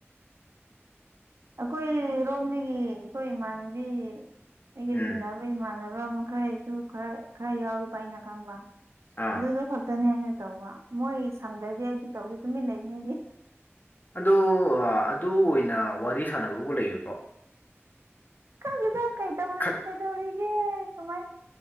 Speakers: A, on the right; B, on the left.
A: ꯑꯈꯣꯏꯔꯣꯝꯗꯒꯤ ꯑꯩꯈꯣꯏ ꯏꯃꯥꯟꯅꯕꯤ ꯑꯩꯒ
B: ꯎꯝ
A: ꯇꯤꯟꯅꯕ ꯈꯣꯏ ꯏꯃꯥꯟꯅꯕ ꯃꯈꯩꯁꯨ ꯈꯔ ꯈꯔ ꯌꯥꯎꯏꯕ ꯑꯩꯅ ꯈꯪꯕ
B: ꯑꯥ
A: ꯑꯗꯨꯗꯣ ꯈꯛꯇꯅꯦ ꯑꯩꯅ ꯇꯧꯕ ꯃꯣꯏ ꯁꯪꯗ꯭ꯔꯗꯤ ꯑꯩꯗꯤ ꯇꯧꯗꯦ ꯇꯨꯃꯤꯟ ꯂꯩꯕꯅꯦ ꯑꯩꯗꯤ
B: ꯑꯗꯣ ꯑꯗꯨ ꯑꯣꯏꯅ ꯋꯥꯔꯤ ꯁꯥꯟꯅꯕꯕꯨ ꯂꯩꯒꯗꯔꯣ
A: ꯇꯦꯗ ꯀꯩ ꯇꯧꯔꯤ
B: ꯈꯛ
A: ꯀꯩ ꯇꯧꯔꯤꯒꯦ ꯁꯨꯃꯥꯏ